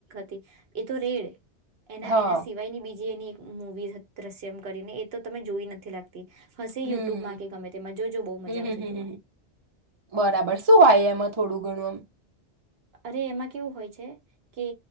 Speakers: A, on the right (about 65°); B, on the right (about 35°).
A: તી એતો રેડ. એના
B: હા
A: એના સિવાયની બીજી જે એની એક મૂવી હ દ્રશ્યમ કરીને તો તમે જોઈ નથી લાગ તી, હશે
B: હમ
A: યુટુબમાં કે ગમે તેમાં જોજો બો મજા
B: હમ
A: આવશે
B: હમ હમ
A: જોવાની.
B: હમ. બરાબર શું હોય એમાં થોડું ઘણું અમ?
A: અરે એમાં કેવું હોય છે કે